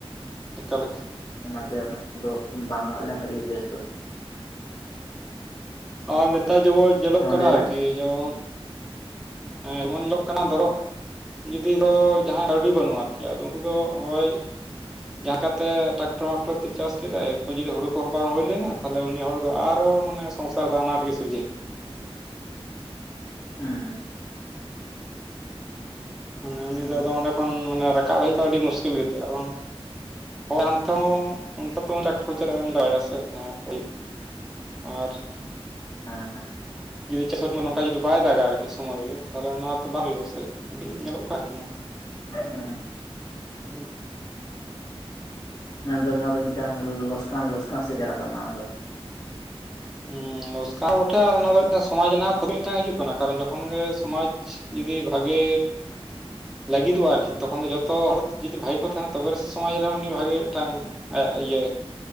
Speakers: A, in the centre; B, on the left.
A: ᱮᱠᱟᱞ ᱮᱠᱟᱞ
B: ᱚᱱᱟᱛᱮ ᱚᱱᱟᱫᱚ ᱵᱟᱝ ᱟᱫ ᱞᱮᱠᱷᱟᱭ ᱜᱮ ᱵᱮᱥ ᱫᱚ᱾
A: ᱟᱨ ᱱᱮᱛᱟᱨ ᱡᱮᱵᱚᱱ ᱧᱮᱞᱚᱜ
B: ᱦᱮᱸ
A: ᱠᱟᱱᱟ
B: ᱞᱟᱹᱭ
A: ᱟᱨᱠᱤ
B: ᱵᱮᱱ
A: ᱡᱮᱢᱚᱱ ᱮᱸ ᱮᱢᱚᱱ ᱧᱤᱞᱚᱜ ᱠᱟᱱᱟ ᱫᱷᱚᱨᱚ, ᱡᱩᱫᱤ ᱫᱚ ᱡᱟᱦᱟᱸᱭ ᱠᱟᱹᱣᱰᱤ ᱵᱟᱹᱱᱩᱜ ᱟᱨᱠᱤ ᱟᱫᱚ ᱩᱱᱠᱩ ᱫᱚ ᱦᱳᱭ ᱡᱟᱦᱟᱸ ᱞᱮᱠᱟᱛᱮ ᱴᱨᱟᱠᱴᱚᱨ ᱢᱟᱠᱴᱚᱨ ᱛᱮ ᱪᱟᱥ ᱠᱮᱫᱟ ᱮᱨᱯᱚᱨ ᱡᱩᱫᱤ ᱦᱳᱲᱳ ᱠᱚᱦᱚᱸ ᱵᱟᱝ ᱦᱩᱭ ᱞᱮᱱᱟ, ᱛᱟᱦᱚᱞᱮ ᱩᱱᱤ ᱦᱚᱲ ᱫᱚ ᱟᱨᱚ ᱢᱟᱱᱮ ᱥᱚᱝᱥᱟᱨ ᱫᱚ ᱟᱱᱟᱴ ᱜᱮ ᱥᱤᱨᱡᱟᱹᱣ <unintelligible>
B: ᱦᱩᱸ
A: ᱢᱟᱱᱮ ᱩᱱᱤ
B: ᱮᱠᱫᱚᱢ
A: ᱫᱚ ᱟᱫᱚ ᱚᱸᱰᱮ ᱠᱷᱚᱱ ᱨᱟᱠᱟᱵ ᱦᱮᱜ ᱫᱚ ᱟᱹᱰᱤ ᱢᱩᱥᱠᱤᱞ ᱜᱮ ᱛᱟᱭᱟ ᱟᱨ ᱵᱟᱝ, ᱦᱳᱭ ᱟᱱᱛᱮ ᱦᱚᱸ ᱚᱱᱛᱮ <unintelligible> ᱴᱥᱠᱴᱚᱨ ᱪᱟᱞᱟᱜ ᱮᱢ ᱞᱟᱜᱟᱣᱭᱟ ᱥᱮ <unintelligible> ᱟᱨ
B: ᱦᱮᱸ ᱮᱸ
A: ᱡᱩᱫᱤ ᱪᱟᱥᱢᱟ ᱱᱚᱝᱠᱟ ᱡᱩᱫᱤ ᱵᱟᱭ ᱫᱟᱜᱟ ᱟᱨᱠᱤ ᱥᱚᱢᱚᱭ ᱨᱮ ᱛᱟᱦᱚᱞᱮ ᱚᱱᱟ ᱛᱚ ᱵᱟᱝ ᱦᱩᱭᱩᱜᱼᱟ ᱥᱮ ᱟᱹᱰᱤ ᱧᱮᱹᱮᱞᱚᱜ ᱠᱟᱱᱟ ᱟᱨᱠᱤ ᱱᱚᱝᱠᱟ,
B: ᱦᱮᱸ
A: ᱦᱩᱸ
B: ᱢᱮᱱ ᱫᱚ ᱱᱚᱣᱟ ᱫᱚ ᱢᱤᱫᱴᱟᱝ ᱞᱚᱥᱠᱟᱱ ᱞᱚᱥᱠᱟᱱ ᱥᱮᱫ ᱪᱟᱞᱟᱜ ᱠᱟᱱᱟ ᱱᱚᱣᱟ ᱫᱚ
A: ᱦᱩᱸ ᱞᱚᱥᱠᱟ ᱵᱚᱴᱷᱮ ᱟᱨ ᱚᱱᱟ ᱫᱚ ᱢᱤᱫᱴᱟᱝ ᱥᱚᱢᱟᱡ ᱨᱮᱱᱟᱜ ᱠᱷᱩᱛᱤ ᱢᱤᱫᱴᱟᱝ ᱦᱤᱡᱩᱜ ᱠᱟᱱᱟ ᱠᱟᱨᱚᱱ ᱡᱚᱠᱷᱚᱱ ᱜᱮ ᱥᱚᱢᱟᱡᱽ, ᱡᱩᱫᱤ ᱵᱷᱟᱜᱮ ᱞᱟᱹᱜᱤᱫᱚᱜᱼᱟ ᱟᱨᱠᱤ ᱛᱚᱠᱷᱚᱱ ᱫᱚ ᱡᱚᱛᱚ ᱦᱚᱲ ᱡᱩᱫᱤ ᱵᱷᱟᱜᱤ ᱠᱚ ᱛᱟᱦᱮᱱᱟ ᱛᱚᱵᱮᱥ ᱥᱚᱢᱟᱡᱽ ᱨᱮᱦᱚᱸ ᱩᱱᱤ ᱵᱷᱟᱜᱮ ᱢᱤᱫᱴᱟᱝ ᱟᱭᱟᱜ ᱤᱭᱟᱹ